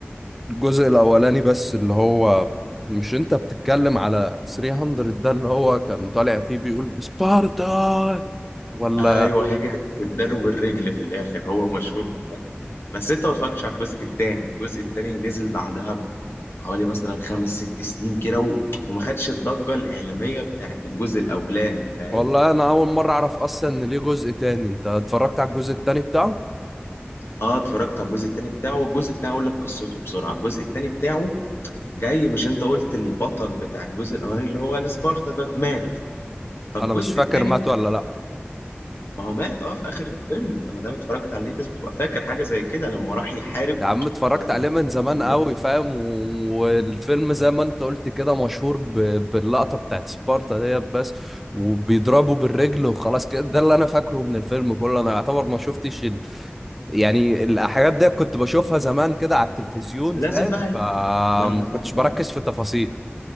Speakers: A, in the centre; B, on the left.
A: الجزء الأولاني بس اللي هو مش انت بتتكلم على 300 ده اللي هو كان طالع فيه بيقول سبارتا ولا
B: ايوه هي اداله بالرجل في الاخر هو مشهور بالحاجة. بس انت ما اتفرجتش على الجزء التاني الجزء التاني نزل بعدها ب- حوالي مثلا خمس ست سنين كده و... وما خدش الضجه الاعلاميه بتاعت الجزء الاولاني فاهم
A: والله انا اول مرة اعرف اصلا ان ليه جزء تاني انت اتفرجت على الجزء التاني بتاعه
B: اه اتفرجت على الجزء التاني بتاعه والجزء التاني اقول لك قصته بسرعه الجزء التاني بتاعه جاي مش انت قلت البطل بتاع الجزء الاولاني اللي هو السبارتا ده مات فالجزء
A: انا مش فاكر
B: التاني
A: مات ولا لا
B: ما هو مات اه في اخر الفيلم انت ما دام اتفرجت عليه لازم تبقى فاكر حاجه زي كده لما راح يحارب
A: يا عم اتفرجت
B: وبعد
A: عليه
B: كده
A: من
B: أسرهم
A: زمان
B: كلهم.
A: قوي فاهم و- والفيلم زي ما انت قلت كده مشهور ب... باللقطة بتاعت سبارتا ديت بس وبيضربوا بالرجل وخلاص كده ده اللي انا فاكره من الفيلم كله انا يعتبر ما شفتش ال... يعني الحاجات دي كنت بشوفها زمان كده على التلفزيون
B: لازم
A: فاهم
B: بقى ايه
A: فما
B: ما انا هفكرك
A: كنتش بركز في التفاصيل